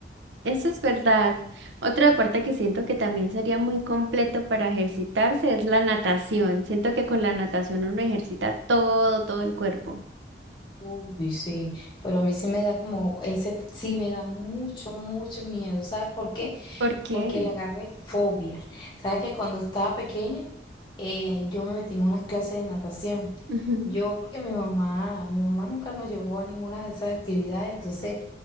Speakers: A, on the right; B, on the left.
A: Eso es verdad. Otro deporte que siento que también sería muy completo para ejercitarse es la natación. Siento que con la natación uno ejercita todo, todo el cuerpo.
B: Uy, sí, pero a mí sí me da como, ese sí me da mucho, mucho miedo. ¿Sabes por qué?
A: ¿Por qué?
B: porque le agarré fobia. Sabes que cuando estaba pequeña, eh, yo me metí en unas clases de natación.
A: Ujú.
B: Yo, porque mi mamá, mi mamá nunca nos llevó a ninguna de esas actividades, entonces